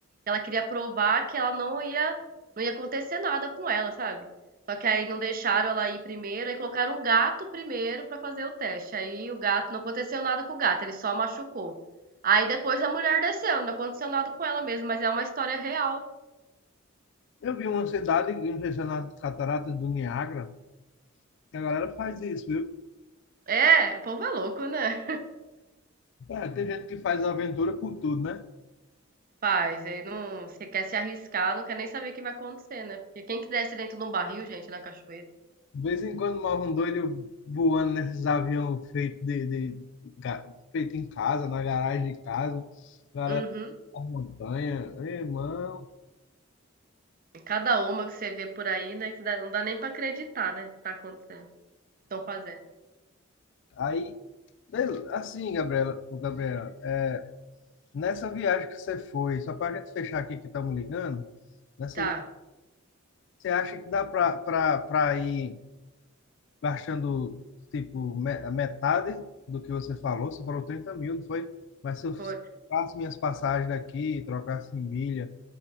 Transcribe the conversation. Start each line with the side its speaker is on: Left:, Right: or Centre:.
Right: Ela queria provar que ela não ia, não ia acontecer nada com ela, sabe? Só que aí não deixaram ela ir primeiro, aí colocaram um gato primeiro pra fazer o teste. Aí o gato, não aconteceu nada com o gato, ele só machucou. Aí depois a mulher desceu, não aconteceu nada com ela mesmo, mas é uma história real.
Left: Eu vi uma cidade, não sei se é nas cataratas do Niágara, que a galera faz isso, viu?
Right: É, o povo é louco, né?
Left: É, tem gente que faz aventura por tudo, né?
Right: Faz, aí não, você quer se arriscar, não quer nem saber o que vai acontecer, né? Porque quem que desce dentro de um barril, gente, na cachoeira?
Left: De vez em quando morre um doido voando nesses aviões feitos de, de, ga- feito em casa, na garagem de casa, A galera
Right: Uhum.
Left: na montanha, irmão.
Right: E Cada uma que você vê por aí, né? Que dá- não dá nem pra acreditar, né? Que tá acontecendo, que estão fazendo.
Left: Aí, bel- assim, Gabriela, Gabriela, é, Nessa viagem que você foi, só para a gente fechar aqui que estamos ligando, nessa
Right: Tá,
Left: viagem, você acha que dá para ir gastando, tipo, me- a metade do que você falou? Você falou 30 mil, não foi? Mas se eu
Right: foi.
Left: faço minhas passagens daqui, trocasse em milha.